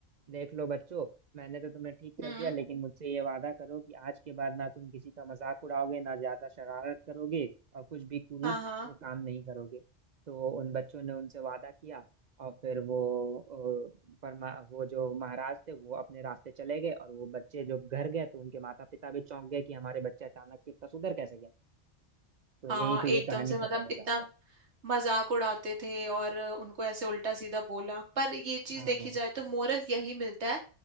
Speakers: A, on the right (about 55°); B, on the right (about 75°).
A: देख लो बच्चों मैंने तो तुम्हें ठीक कर
B: हम्म
A: दिया लेकिन मुझसे ये वादा करो कि आज के बाद ना तुम किसी का मजाक उड़ाओगे ना ज्यादा शरारत करोगे और कुछ भी कुरूप
B: हाँ हाँ
A: काम नहीं करोगे तो उन बच्चों ने उनसे वादा किया और फिर वो अ, परमा वो जो महाराज थे वो अपने रास्ते चले गए और वो बच्चे जो घर गए तो उनके माता पिता भी चौंक गए कि हमारे बच्चे अचानक से इतना सुधर कैसे गए तो
B: हाँ
A: यहीं पे
B: एकदम
A: ये कहानी
B: से मतलब
A: खत्म हो
B: इतना
A: जाता है
B: मजाक उड़ाते थे और उनको ऐसे उल्टा सीधा बोला पर ये चीज
A: हाँ
B: देखी जाए तो मोरल यही मिलता है